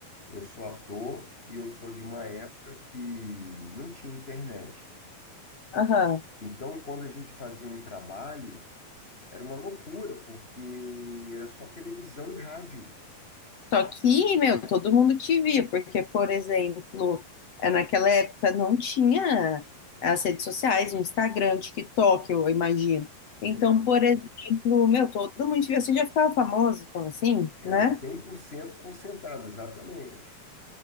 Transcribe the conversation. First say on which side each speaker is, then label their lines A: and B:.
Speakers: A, on the left; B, on the left.
A: eu sou ator e eu sou de uma época que não tinha internet.
B: aham.
A: Então, quando a gente fazia um trabalho, era uma loucura, porque era só televisão e rádio.
B: Só que, meu, todo mundo te via, porque, por exemplo, é, naquela época não tinha as redes sociais, o Instagram, o TikTok, eu imagino. Então,
A: É,
B: por exemplo, meu, todo mundo te via, você já ficava famoso, como assim, né?
A: Era 100% concentrado, exatamente.